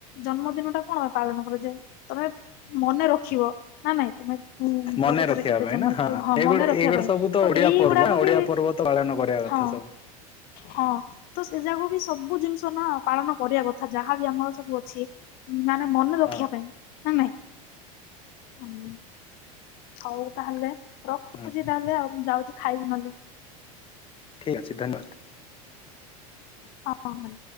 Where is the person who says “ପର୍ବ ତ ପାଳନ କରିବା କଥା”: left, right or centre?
Left